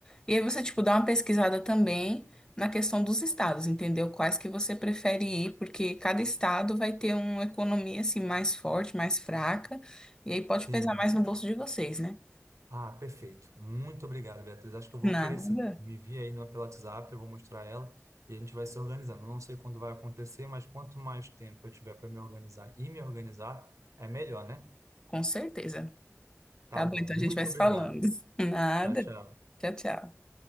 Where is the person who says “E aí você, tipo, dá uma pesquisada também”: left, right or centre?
Left